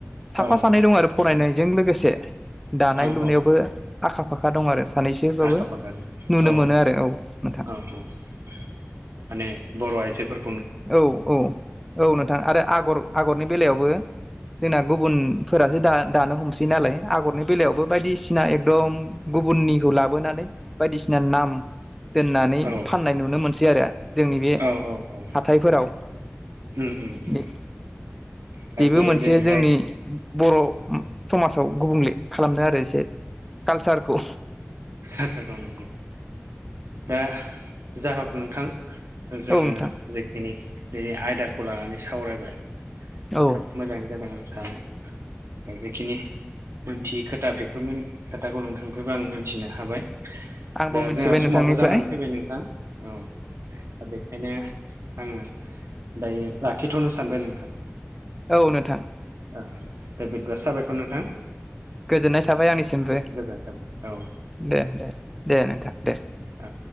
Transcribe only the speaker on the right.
औ
औ
औ
आखा फाखा दं
औ
माने बर' आइजोफोर
औ
औ औ उम उम उम
दा
बे
दिनैहाय
<unintelligible> नांगौ दा जाहक नोंथां। जोङो
जेखिनि बे आयदाखौ लानानै सावरायबाय
थाब मोजाङै जादों आं सानो। दा जेखिनि मोनथि खोथा बेफोरमोन खोथाखौ नों थांफैबा आं मिथिनो हाबाय।
दा
जोंहा समाबबो
जानानै फैबाय नोंथां। औ दा बे खायनो आङो दायो लाखिथ'नो सानबाय नोंथां।
आ दा बिदिबा साबायखर नोंथां।
गोजोननाय थाबाय औ
औ।